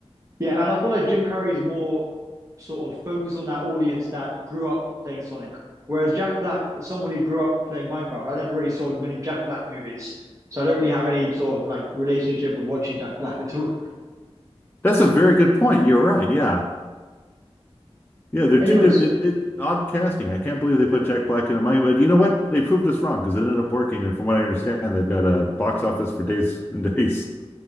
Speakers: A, on the right (about 30°); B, on the left (about 15°).
A: Yeah, and I feel like Jim Carrey is more sort of focused on that audience that grew up playing Sonic. Whereas Jack Black, someone who grew up playing Minecraft, I never really saw many Jack Black movies. So I don't really have any sort of like relationship with watching Jack Black at all.
B: That's a very good point. You're right. Yeah. Yeah, they're
A: Anyways,
B: two different it, it, odd casting. I can't believe they put Jack Black in a Minecraft. But you know what? They proved us wrong because it ended up working. And from what I understand, they've got a box office for days and days. <laughs>